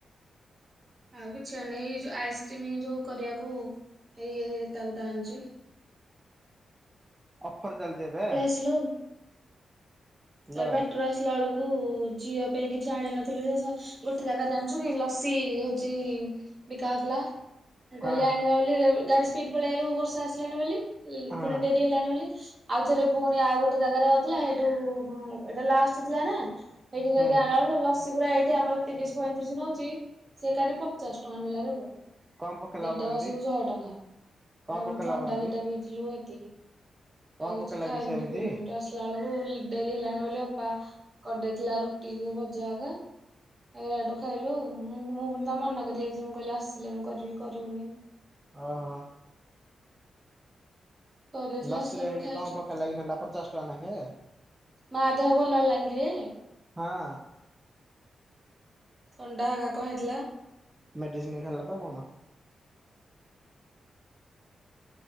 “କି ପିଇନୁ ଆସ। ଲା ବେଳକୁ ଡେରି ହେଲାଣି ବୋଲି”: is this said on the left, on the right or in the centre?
Right